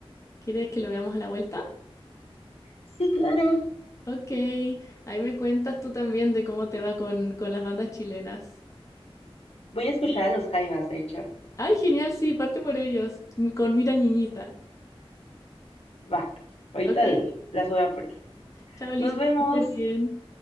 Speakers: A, on the left; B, on the left.
A: ¿Quieres que lo veamos a la vuelta?
B: Sí, claro.
A: Ok, ahí me cuentas tú también de cómo te va con, con las bandas chilenas.
B: Voy a escuchar a los Jaivas, de hecho.
A: Ay, genial, sí, parte por ellos, mi- con Mira Niñita.
B: Va, ahorita
A: Ok,
B: l- las voy a poner.
A: chao Lisbeth,
B: Nos vemos.
A: que estés bien.